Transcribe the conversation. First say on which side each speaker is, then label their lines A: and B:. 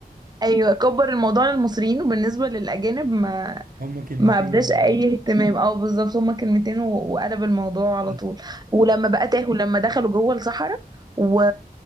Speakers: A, on the right (about 25°); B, on the right (about 60°).
A: ايوه كبر الموضوع للمصريين وبالنسبه للاجانب ما
B: <laughs> هم كلمتين
A: ما ابداش اي
B: بالظبط
A: اهتمام اه بالظبط هما كلمتين و- وقلب الموضوع على
B: بس
A: طول ولما بقى تاهوا لما دخلوا جوه الصحراء و...